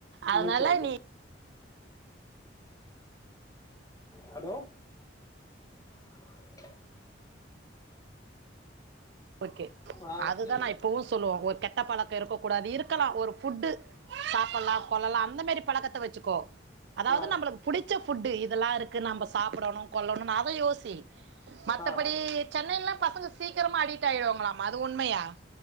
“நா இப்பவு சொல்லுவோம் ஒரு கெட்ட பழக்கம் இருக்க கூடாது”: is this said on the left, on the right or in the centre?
Right